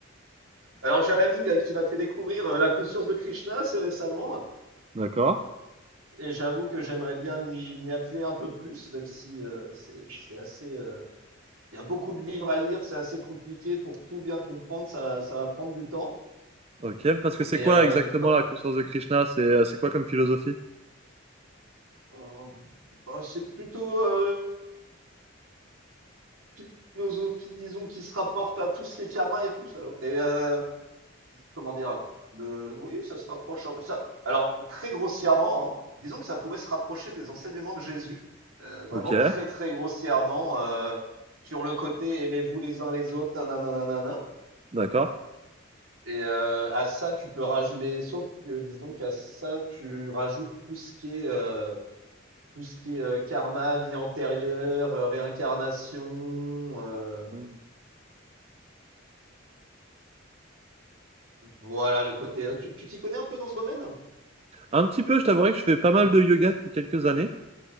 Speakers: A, on the right; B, on the right.
A: alors j'ai un ami euh, qui m'a fait découvrir euh, la conscience de Krishna assez récemment,
B: D'accord.
A: et j'avoue que j'aimerais bien m'y m'y atteler un peu plus, même si euh, c'est c'est assez, euh, Il y a beaucoup de livres à lire, c'est assez compliqué pour tout bien comprendre, ça, ça va prendre du temps.
B: Ok, parce que c'est
A: Mais
B: quoi
A: euh,
B: exactement
A: dans-
B: la conscience de Krishna? C'est euh, c'est quoi comme philosophie?
A: euh, bah, c'est plutôt euh, une philosophie, disons, qui se rapporte à tout ce qui est karma et tout ça. alors. Et euh, comment dire de, Oui, ça se rapproche. en- Ça, alors, très grossièrement, hein, disons que ça pourrait se rapprocher des enseignements de Jésus, euh, vraiment
B: Ok,
A: très, très grossièrement, euh, sur le côté aimez-vous les uns les autres, nanana, nanana.
B: d'accord.
A: Et euh, à ça, tu peux rajouter, mais sauf que disons qu'à ça, tu rajoutes tout ce qui est, euh, tout ce qui est euh, karma, vie antérieure, euh, réincarnation, euh,
B: Hmm.
A: voilà le côté. euh, Tu tu t'y connais un peu dans ce domaine?
B: Un petit peu, je t'avouerai que je fais pas mal de yoga depuis quelques années.